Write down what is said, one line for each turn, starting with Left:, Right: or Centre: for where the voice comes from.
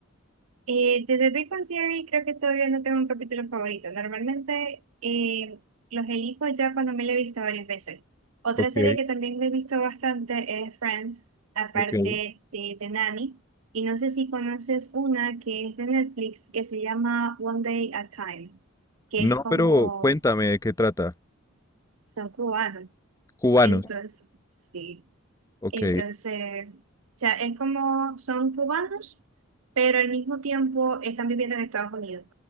Right: Eh, desde Big Bang Theory creo que todavía no tengo un capítulo favorito. Normalmente eh, los elijo ya cuando me lo he visto varias veces. Otra
Left: Ok,
Right: serie que también me he visto bastante es Friends, aparte
Left: ok.
Right: de, de Nanny. Y no sé si conoces una que es de Netflix que se llama One Day at a Time, que
Left: No,
Right: es como
Left: pero cuéntame de qué trata.
Right: son cubanos.
Left: Cubanos.
Right: Entonces, sí.
Left: Ok,
Right: Entonces, o sea, es como son cubanos, pero al mismo tiempo están viviendo en Estados Unidos.